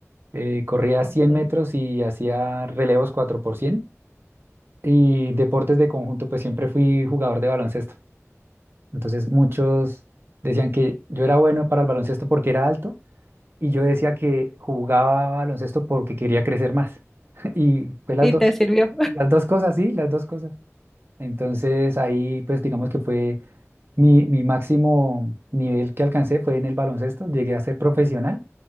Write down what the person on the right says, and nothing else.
Eh, corría cien
metros y hacía relevos cuatro por cien Y deportes de conjunto, pues siempre fui jugador de baloncesto. Entonces muchos decían que yo era bueno para el baloncesto porque era alto y yo decía que jugaba baloncesto porque quería crecer más. <laughs> Y fue las
dos.
Las dos cosas, sí, las dos cosas. Entonces ahí pues digamos que fue mi, mi máximo nivel que alcancé fue en el baloncesto, llegué a ser profesional